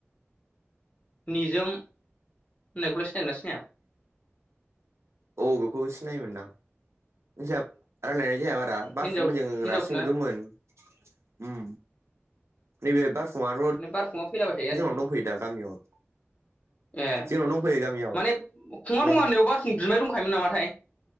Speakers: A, on the left (about 30°); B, on the right (about 80°).
A: निजोम होननायखौलाय सिनायगोनना सिनाया?
B: औ बेखौबो सिनायोमोनदां नैजाब रायलाय जाया बारा बारफुंमोनजों
A: हिनजाव हिनजावसोना
B: रासिन गोमोन हम नैबे बारफुंआ रड
A: माने बारफुङा फैलाबाय थायो आरोखि
B: जिङावनो दंफैयो दा गामियाव
A: ए
B: जोंनाव दंफैयो गामियाव
A: माने खुङा
B: मै
A: दङानियाव बारफुं बिमाय दंखायोमोन नामाथाय